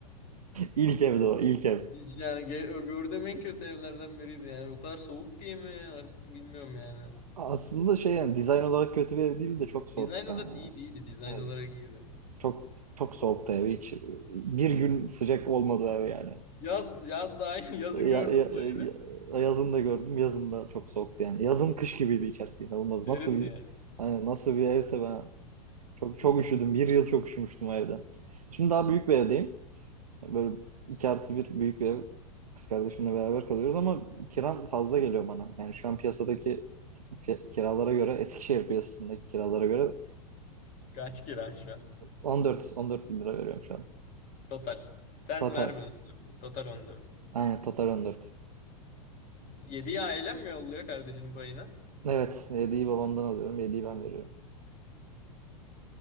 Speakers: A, on the right (about 75°); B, on the left (about 40°).
A: İlk evdi o, ilk ev.
B: Hiç yani ge- gördüğüm en kötü evlerden biriydi yani. O kadar soğuk diye mi artık bilmiyorum yani.
A: Aslında şey yani dizayn olarak kötü bir ev değil de çok soğuk.
B: Dizayn olarak iyiydi iyiydi. Dizayn
A: Yani
B: olarak iyiydi.
A: çok çok soğuktu ev. Hiç bir gün sıcak olmadı ev yani.
B: Yaz, yaz da aynı <laughs> yazın
A: Ya,
B: gördün
A: ya-
B: mü o evi?
A: ya- yazın da gördüm, yazın da çok soğuktu yani. Yazın kış gibiydi içerisi inanılmaz.
B: Serindi
A: Nasıl bir
B: yani.
A: hani nasıl bir evse ben çok çok üşüdüm. Bir yıl çok üşümüştüm o evde. Şimdi daha büyük bir evdeyim. Böyle 2 artı bir büyük bir ev kız kardeşimle beraber kalıyoruz ama kiram fazla geliyor bana. Yani şu an piyasadaki fi- kiralara göre Eskişehir piyasasındaki kiralara göre
B: Kaç kira şu an?
A: 14 14 bin lira veriyorum şu an.
B: Total. Sen
A: Total.
B: vermiyorsun 14. Total 14.
A: Aynen total 14.
B: 7'yi ailen mi yolluyor kardeşinin payına?
A: Evet, hediyeyi babamdan alıyorum, hediyeyi ben veriyorum.